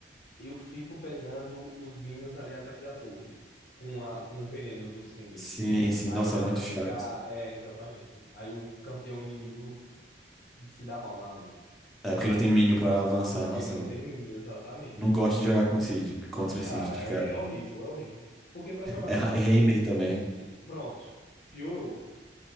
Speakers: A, on the left (about 60°); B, in the centre.
A: eu fico pegando os minions ali atrás da torre com, a, com o veneno do Singeli.
B: Sim, sim.
A: Aí
B: Nossa,
A: dá
B: muito
A: pra ficar.
B: chato.
A: É, exatamente. Aí o campeão inimigo se dá mal na lane.
B: É porque não tem minion pra avançar.
A: Porque
B: Nossa,
A: não
B: eu
A: tem minion, exatamente.
B: não gosto de jogar com Singed, contra
A: Cara,
B: Singed, cara.
A: é, é horrível, é horrível. Porque pra jogar
B: É
A: contra
B: Ra-
A: o
B: Heimer
A: Singeli,
B: também.
A: pronto, piorou.